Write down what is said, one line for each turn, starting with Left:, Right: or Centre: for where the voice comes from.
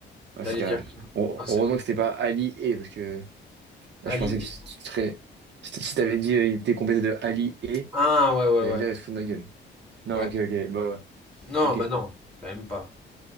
Right: Ouais,
Centre: T'allais
Right: c'est carré.
Centre: dire
Right: Heu-
Centre: Ah, c'est-
Right: Heureusement que c'était pas Ali et, parce que là, je
Centre: Ali?
Right: pensais que tu serais. Si si t'avais dit euh, il était complété de Ali et,
Centre: Ah ouais, ouais,
Right: j'allais
Centre: ouais.
Right: dire il se fout de ma gueule. Non,
Centre: Ouais.
Right: ok, ok. Bah, ouais.
Centre: Non, bah
Right: ok.
Centre: non, quand même pas.